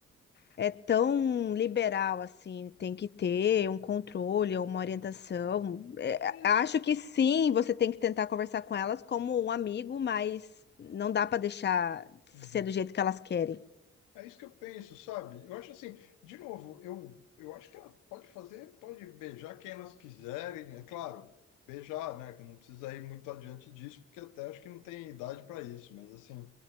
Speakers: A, on the left (about 35°); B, on the left (about 80°).
A: é tão liberal assim, tem que ter um controle, uma orientação. É,
B: Isso.
A: acho que sim, você tem que tentar conversar com elas como um amigo, mas não dá para deixar
B: Uhum.
A: ser do jeito que elas querem.
B: É isso que eu penso, sabe? Eu acho assim, de novo, eu, eu acho que ela pode fazer, pode beijar quem elas quiserem, é claro, beijar, né? Que não precisa ir muito adiante disso, porque até acho que não tem idade para isso, mas assim,